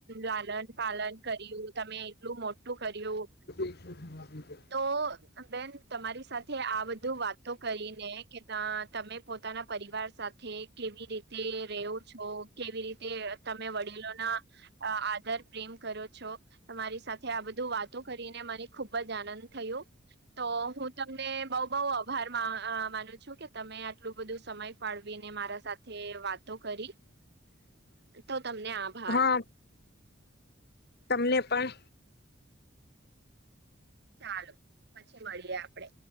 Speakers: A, on the right; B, on the left.
A: લાલન પાલન કર્યું તમે એટલું મોટું કર્યું
B: <inaudible>
A: તો બેન તમારી સાથે આ બધું વાતો કરીને તમે પોતાના પરિવાર સાથે કેવી રીતે રવો છો કેવી રીતે તમે વડીલોના અ આદર પ્રેમ કરો છો. તમારી સાથે આ બધું વાતો કરીને મને ખુબ જ આનંદ થું તો હું તમ તને બહ બહ આભાર માનું છું કે તમે આટલું બધું સમય ફાળવીને મારા સાથે તે વાતો કરી.
B: <inaudible>
A: તો તમને આભાર.
B: હા તમને પણ
A: ચાલો પછી મળીએ આપડે.